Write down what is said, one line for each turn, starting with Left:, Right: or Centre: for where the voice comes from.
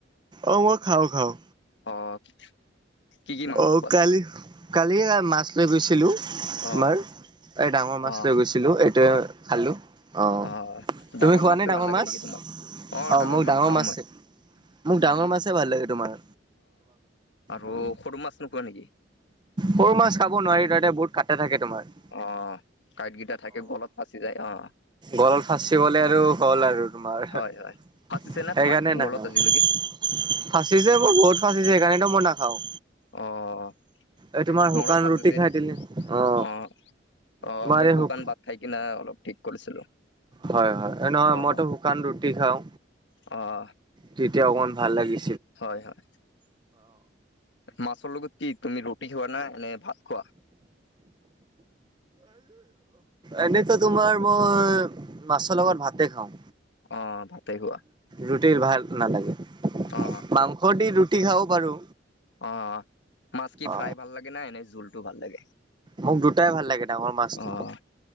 Right: অ মই খাওঁ খাওঁ
Left: অ কি কি মাংস
Right: অ
Left: খোৱা
Right: কালি
Left: তুমি
Right: কালি মাছ লৈ গৈছিলো
Left: অ
Right: তোমাৰ এই ডাঙৰ মাছ
Left: অ
Right: লৈ গৈছিলো এইটোৱে
Left: হয়
Right: খালো অঁ
Left: অ
Right: তুমি খোৱা
Left: মাছে
Right: নে ডাঙৰ
Left: ভাল লাগে
Right: মাছ
Left: নেকি তোমাক অ
Right: অঁ মোৰ ডাঙৰ
Left: খাওঁ
Right: মাছ
Left: মই
Right: মোক ডাঙৰ
Left: অ
Right: মাছে ভাল লাগে তোমাৰ
Left: আকৌ
Right: উম।
Left: সৰু মাছ নোখোৱা নেকি?
Right: সৰু মাছ খাব নোৱাৰি তাতে বহুত কাটা থাকে তোমাৰ
Left: অ কাঁইটকিটা থাকে গলত ফাচি যায় অ
Right: গলল ফাচি গলে
Left: অ'
Right: আৰু হ'ল আৰু তোমাৰ
Left: হয়
Right: সেইকাৰণে
Left: হয়। ফাঁচিছে না তোমাৰ
Right: নাখাও
Left: গলত আজিলৈকে?
Right: ফাঁচিছে মোৰ বহুত ফাচিছে সেইকাৰণেতো মই নাখাওঁ
Left: অ
Right: এই তোমাৰ শুকান
Left: মোৰো ফাঁচিছিল
Right: ৰুটি খাই দিলে অ
Left: আহ আহ
Right: তোমাৰ
Left: মই
Right: এই
Left: শুকান
Right: শুক
Left: ভাত খাই কিনা অলপ ঠিক কৰিছিলো
Right: হয় হয় নহয়
Left: অ'
Right: মইতো শুকান ৰুটি খাও
Left: অ'
Right: তেতিয়া অকমান ভাল লাগে
Left: হয় হয় মাছৰ লগত কি তুমি ৰুটি খোৱা নে ভাত খোৱা
Right: এনেতো তোমাৰ মই মাছৰ লগত ভাতে খাও
Left: অ ভাতে খোৱা
Right: ৰুটি ভাল নালাগে
Left: অ
Right: মাংস দি ৰুটি খাব পাৰো
Left: অ মাছ কি
Right: অ
Left: ফ্ৰাই ভাল লাগে নে এনে জোলটো ভাল লাগে?
Right: মোক দুটাই ভাল লাগে ডাঙৰ মাছটো
Left: অ'